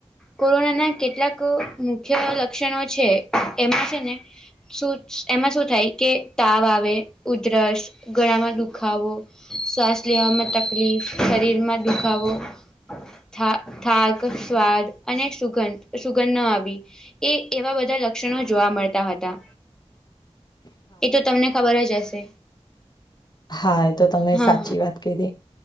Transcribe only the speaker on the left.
થાય એ તો તમે
સાચી વાત કીધી.